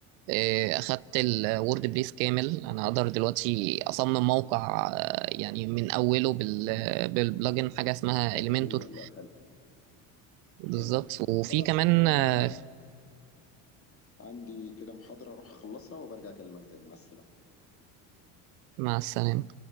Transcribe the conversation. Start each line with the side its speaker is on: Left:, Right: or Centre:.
Right: آه، اخدت الوورد بريس كامل انا اقدر دلوقتي اصمم موقع آه، يعني من اوله بال بالبلجن حاجه اسمها
Left: لا
Right: اليمنتور
Left: جميل والله
Right: بالظبط
Left: حلو
Right: وفي
Left: خلاص
Right: كمان
Left: انا
Right: آه،
Left: عندي كده محاضرة اروح اخلصها وبرجع اكلمك تاني مع السلامة
Right: مع السلامه